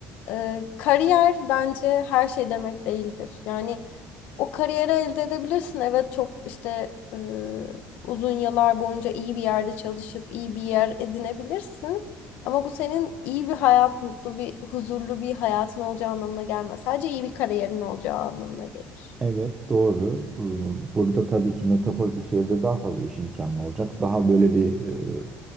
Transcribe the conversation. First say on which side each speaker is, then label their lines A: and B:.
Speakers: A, on the left; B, on the right.
A: e, kariyer bence her şey demek değildir. Yani o kariyeri elde edebilirsin. Evet çok işte e, uzun yıllar boyunca iyi bir yerde çalışıp iyi bir yer edinebilirsin. Ama bu senin iyi bir hayat, mutlu bir, huzurlu bir hayatın olacağı anlamına gelmez. Sadece iyi bir kariyerin olacağı anlamına gelir.
B: Evet doğru. Ee, Burada tabii ki metropol bir şehirde daha fazla iş imkanı olacak. Daha böyle bir e,